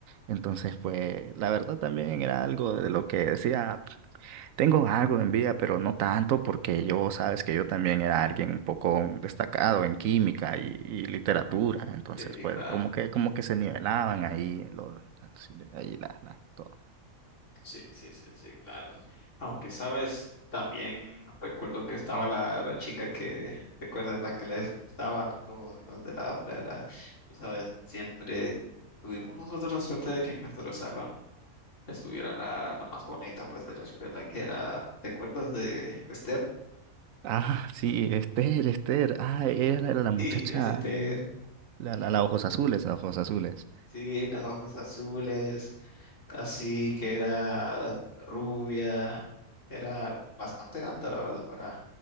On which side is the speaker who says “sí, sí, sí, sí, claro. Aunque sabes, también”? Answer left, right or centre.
Left